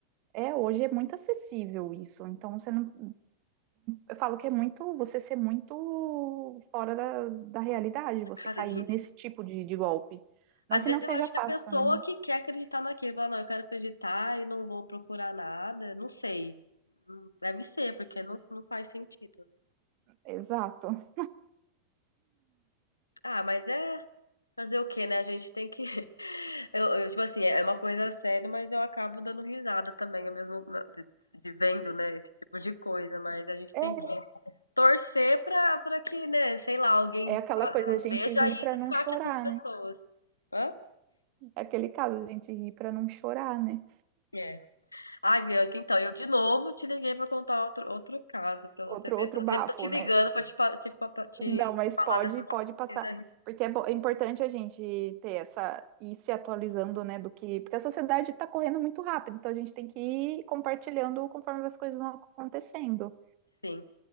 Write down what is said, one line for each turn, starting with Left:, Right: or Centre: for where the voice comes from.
Right: É, hoje é muito acessível isso. Então, você não. Eu falo que é muito. Você ser muito fora da, da realidade, você
Left: A casinha.
Right: cair nesse tipo de, de golpe.
Left: Às
Right: Não que
Left: vezes
Right: não seja
Left: eu acho
Right: fácil,
Left: que a pessoa
Right: né?
Left: que quer acreditar naquilo, fala, não, eu quero acreditar e não vou procurar nada, não sei. Hum, Deve ser, porque não, não faz sentido. né?
Right: Exato.
Left: Ah, mas é fazer o quê, né? A gente tem que. <laughs> Eu, eu, tipo assim, é uma coisa séria, mas eu acabo dando risada também, ao mesmo na- de, de vendo, né, esse tipo de coisa, mas a gente
Right: É,
Left: tem que torcer pra, pra que, né, sei lá, alguém
Right: é aquela coisa, a gente
Left: veja
Right: ri pra
Left: isso e
Right: não
Left: trate
Right: chorar,
Left: essas pessoas.
Right: né?
Left: Hã?
Right: É aquele caso, a gente ri pra não chorar, né?
Left: É. Ai, Bianca, então, eu de novo te liguei pra contar outro, outro caso pra você
Right: Outro,
Left: ver.
Right: outro
Left: Eu sempre
Right: bafo,
Left: tô te ligando
Right: né?
Left: pra te, pa- te, pa- te
Right: Não, mas
Left: falar
Right: pode,
Left: dessas
Right: pode passar.
Left: bizarrices.
Right: Porque é, bo- é importante a gente ter essa, ir se atualizando, né, do que, porque a sociedade está correndo muito rápido, então a gente tem que ir compartilhando conforme as coisas vão acontecendo,
Left: Sim.